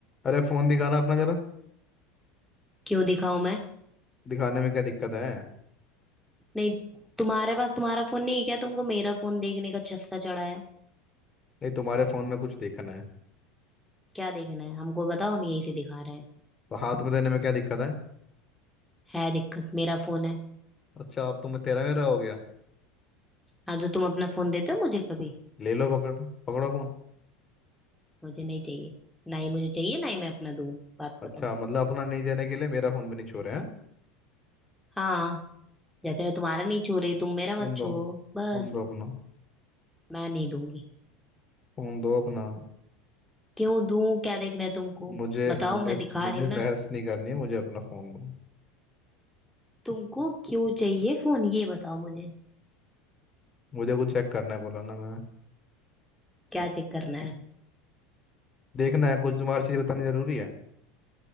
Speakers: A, on the left (about 30°); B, in the centre.
A: अरे फोन दिखाना अपना जरा
B: क्यों दिखाऊं मैं
A: दिखाने में क्या दिक्कत है
B: नहीं तुम्हारे पास तुम्हारा फोन नहीं है क्या तुमको मेरा फोन देखने का चस्का चढ़ा है
A: नहीं तुम्हारे फोन में कुछ देखना है
B: क्या देखना है हमको बताओ हम यही से दिखा रहे हैं
A: तो हाथ में देने में क्या दिक्कत है
B: है दिक्कत मेरा फोन है
A: अच्छा अब तो मैं तेरा मेरा हो गया
B: हाँ तो तुम अपना फोन देते हो मुझे कभी
A: ले लो पकड़ पकड़ो फोन
B: मुझे नहीं चाहिए ना ही मुझे चाहिए ना ही मैं अपना दूं बात
A: अच्छा
B: खत्म
A: मतलब अपना नहीं देने के लिए मेरा फोन भी नहीं छोड़े हैं
B: हाँ जैसे मैं तुम्हारा नहीं छू रही तुम मेरा
A: फोन
B: मत
A: दो
B: छुओ बस
A: फोन दो अपना
B: मैं नहीं दूंगी
A: फोन दो अपना
B: क्यों दूं क्या देखना है तुमको
A: मुझे
B: बताओ
A: मुझे
B: मैं दिखा
A: मुझे
B: रही हूँ ना
A: बहस नहीं करनी है मुझे अपना फोन दो
B: तुमको क्यों चाहिए फोन ये बताओ मुझे
A: मुझे कुछ चेक करना है बोला ना मैंने
B: क्या चेक करना है
A: देखना है कुछ तुम्हें हर चीज बतानी जरूरी है